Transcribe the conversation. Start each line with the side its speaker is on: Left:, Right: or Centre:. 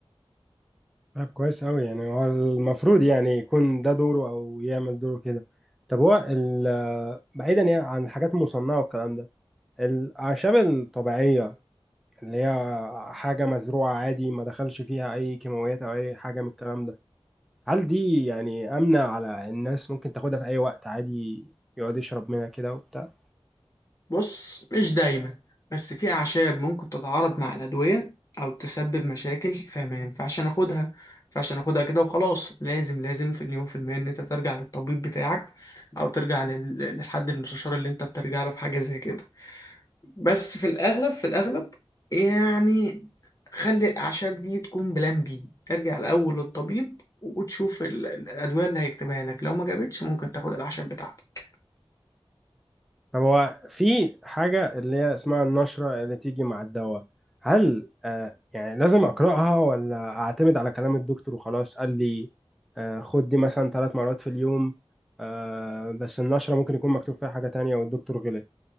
Centre: طب كويس أوي يعني هو المفروض يعني يكون ده دوره أو يعمل دوره كده طب هو ال- آه، بعيدا يعني عن الحاجات المصنعة والكلام ده الأعشاب الطبيعية اللي هي حاجة مزروعة عادي ما دخلش فيها أي كيماويات أو أي حاجة من الكلام ده هل دي يعني آمنة على الناس ممكن تاخدها في أي وقت عادي يقعد يشرب منها كده وبتاع
Left: بص مش دايما بس في أعشاب ممكن تتعارض مع الأدوية أو تسبب مشاكل فما ينفعش ناخدها ما ينفعش ناخدها كده وخلاص لازم لازم في اليوم في المية إن أنت ترجع للطبيب بتاعك أو ترجع لل- للحد المستشار اللي أنت بترجع له في حاجة زي كده بس في الأغلب في الأغلب يعني خلي الأعشاب دي تكون بلان بي ارجع الأول للطبيب وتشوف ال- الأدوية اللي هيكتبها لك لو ما جابتش ممكن تاخد الأعشاب بتاعتك
Centre: طب هو في حاجة اللي هي اسمها النشرة اللي تيجي مع الدواء هل آه يعني لازم أقرأها ولا أعتمد على كلام الدكتور وخلاص قال لي آه خد دي مثلا ثلاث مرات في اليوم آه بس النشرة ممكن يكون مكتوب فيها حاجة تانية والدكتور غلط